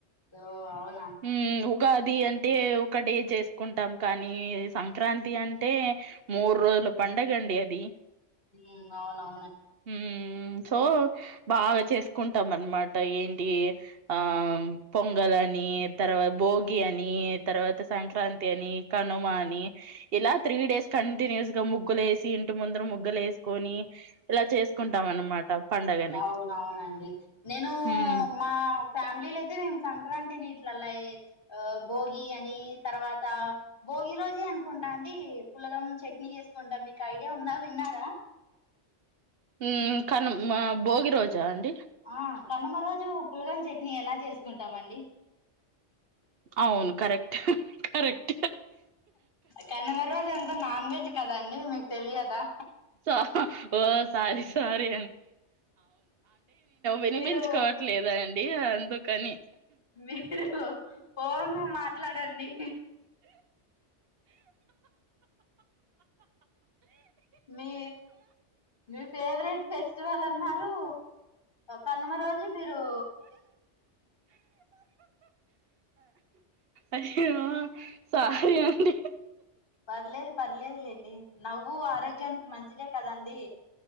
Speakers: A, on the left; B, on the right.
A: ఓ అవున్
B: ఉమ్ ఉగాది అంత టే ఒకడే చేసుకుంటాం కానీ సంక్రాంతి అంటే మూడ్రోజుల పండుగ అండి అది
A: ఉహ్ అవునవ్
B: ఉమ్ సో బాగా చేసుకుంటామన్మాట ఏం టి ఆ పొంగలని తర్వాత భోగి అని తర్వాత సంక్రాంతని కనుమాని ఇలా త్రీ డేస్ కంటిన్యూస్గా ముగ్గులేసి ఇంటి ముందర ముగ్గులేసుకొని ఇలా చేసుకుంటాం అన్నమాట పండగని
A: అవునవునండి నేను
B: హ్మ్
A: మా ఫ్యామిలైతే నేను సంక్రాంతి నీట్లలా ఆ భోగి అని తర్వాతా భోగి రోజే అనుకుంటాండి పులగం చట్నీ చేసుకుంటా మీకు ఐడియా ఉందా విన్నారా
B: ఉహ్ కను భోగి రోజాండి
A: ఆ కనుమ రోజు పులగం చట్నీ ఎలా చేసుకుంటామండి
B: అవ్ను కరెక్ట్ కరెక్ట్
A: కనుమ రోజంత నాన్వెజ్ కదండి మీకు తెలియదా
B: సా ఓ సారీ స్వారి వినిపించుకోవట్లేదా
A: మీరూ
B: అండి అందుకని
A: మీరు ఫోను మాట్లాడండి మీ మీ ఫేవరెట్ ఫెస్టివలన్నారు కనుమ రోజు మీరూ
B: అయ్యో సారి అండి
A: పర్లేదు పర్లేదులేండి నవ్వు ఆరోగ్యానికి మంచిదే కదండి